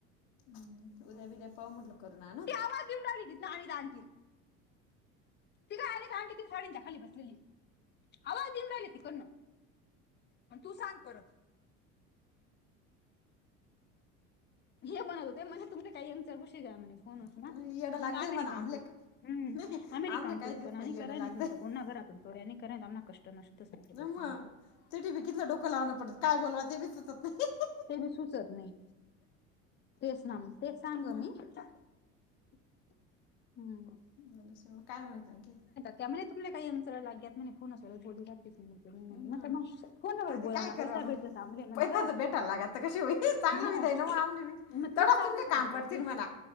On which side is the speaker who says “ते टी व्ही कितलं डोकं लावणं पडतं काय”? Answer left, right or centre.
Left